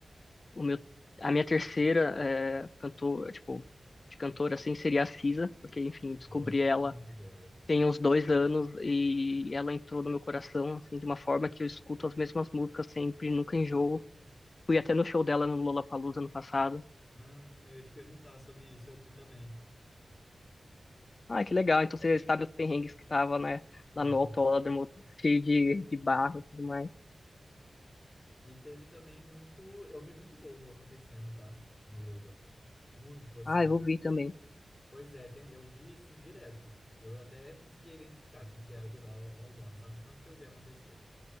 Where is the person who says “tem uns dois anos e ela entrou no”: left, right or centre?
Left